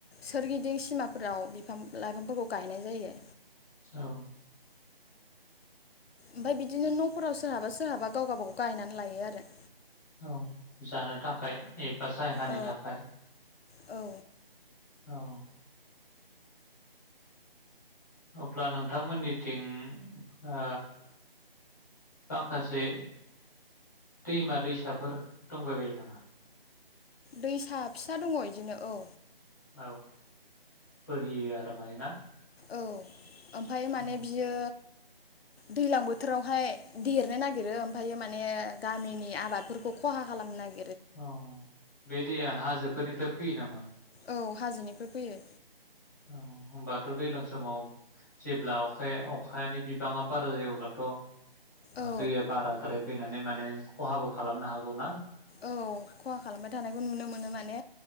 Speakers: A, on the left; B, on the left.
A: सोरगिदिं सिमाफोराव बिफां लाइफांफोरखौ गायनाय जायो।
B: औ
A: ओमफाय बिदिनो न'फोराव सोर सोरहाबा सोरहाबा गाव गावबागाव गायनानै लायो आरो।
B: औ जानो थाखाय एब बा सायहानि
A: औ
B: थाखाय
A: औ
B: औ अब्ला नोंथांमोननिथिं ओ माखासे दैमा दैसाफोर दंबायबायो नामा?
A: दैसा फिसा दङ इदिनो औ।
B: औ बोहैयो आरो माने ना
A: औ ओमफाय माने
B: औ
A: बियो दैलां बोथोरावहाय देरनो नागिरो ओमफायो माने ने गामिनि आबादफोरखौ खहा खालामनो नागिर
B: अ बे दैया हाजोफोरनिफ्राय फैयो नामा?
A: औ हाजोनिफ्राय फैयो।
B: औ होमबाथ दैज्लां समाव जेब्ला अखाया अखानि बिबाङा बारा जायो अब्लाथ ओ
A: औ
B: दैया बाराद्राय फैनानै माने खहाबो खालामनो हागौ ना?
A: औ खहा खालामबाय थानायखौ नुनो मोनो माने